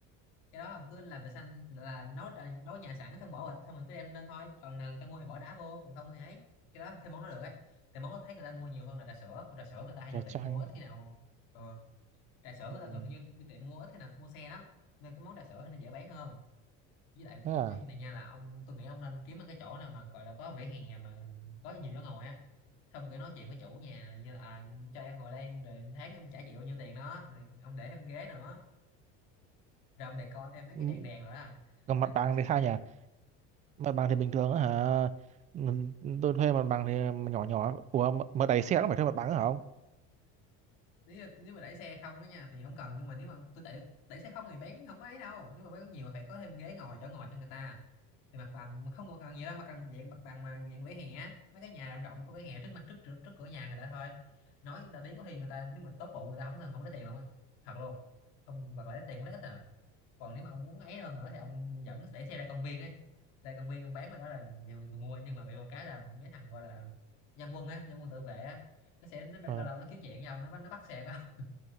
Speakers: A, on the left; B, on the right.
A: cái đó ông cứ làm trà xanh là nấu trà nấu nhà sẵn xong bỏ bịch xong rồi cứ đem lên thôi còn nào người ta mua thì bỏ đá vô còn không thì ấy cái đó thêm món đó được ấy thì món đó thấy người ta mua nhiều hơn là trà sữa còn trà sữa người ta hay
B: trà
A: vô tiệm
B: chanh
A: mua ít khi
B: <laughs>
A: nào ờ, trà sữa
B: Ừm,
A: người ta thường hay vô, vô tiệm mua ít khi nào mua xe lắm nên cái món trà sữa thì nó dễ bán hơn với lại
B: thế
A: có
B: à
A: một cái này nha là ông tôi nghĩ ông nên kiếm một cái chỗ nào mà gọi là có vỉa hè mà có nhiều chỗ ngồi á xong kiểu nói chuyện với chủ nhà như là à, cho em ngồi đây rồi tháng em trả chịu bao nhiêu tiền đó rồi ông để thêm ghế nữa rồi ông decor thêm mấy cái
B: Ừm,
A: đèn đèn nữa là
B: còn
A: là
B: mặt
A: người
B: bằng
A: ta sẽ
B: thì sao nhỉ mặt bằng thì bình thường á hả Ừ, tôi thuê mặt bằng thì nhỏ nhỏ ủa mà mà đẩy xe cũng phải thuê mặt bằng á hả không
A: nếu nếu mà đẩy xe không á nha thì không cần nhưng mà nếu mà tôi đẩy đẩy xe không thì bán không có ấy đâu nhưng mà bán nhiều phải có thêm ghế ngồi chỗ ngồi cho người ta thì mặt bằng mà không có cần nhiều đâu mà cần dạng mặt bằng mà dạng vỉa hè á, mấy cái nhà rộng rộng có vỉa hè trước mặt trước trước, trước cửa nhà người ta thôi nói người ta đến có khi người ta nếu mà tốt bụng người ta không không lấy tiền luôn ấy thật luôn không hoặc là lấy tiền cũng lấy ít à còn nếu mà ông muốn ấy hơn nữa thì ông dẫn để xe ra công viên ấy ra công viên ông bán ở đó là nhiều người mua nhưng mà bị một cái là mấy thằng gọi là dân quân á dân quân tự vệ á nó sẽ nó
B: ờ.
A: lâu lâu nó kiếm chuyện với ông nó bắt nó bắt xe của ông